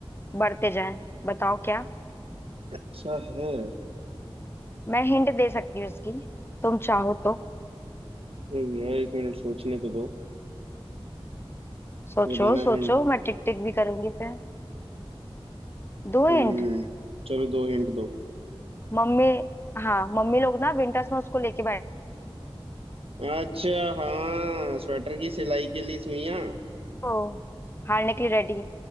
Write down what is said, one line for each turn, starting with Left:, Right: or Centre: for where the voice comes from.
Left: बढ़ते जाए बताओ क्या
Right: ऐसा है
Left: मैं हिंट दे सकती हूँ इसकी तुम चाहो तो
Right: रुक जाओ एक मिनट सोचने तो दो
Left: सोचो
Right: मैं देना
Left: सोचो
Right: हिंट
Left: मैं टिक टिक भी करूंगी फिर दो हिंट
Right: हम्म चलो दो हिंट दो
Left: मम्मी हाँ मम्मी लोग ना विंटर्स में उसको लेके बैठे
Right: अच्छा हाँ स्वेटर की सिलाई के लिए सुइयां
Left: तो हारने के लिए रेडी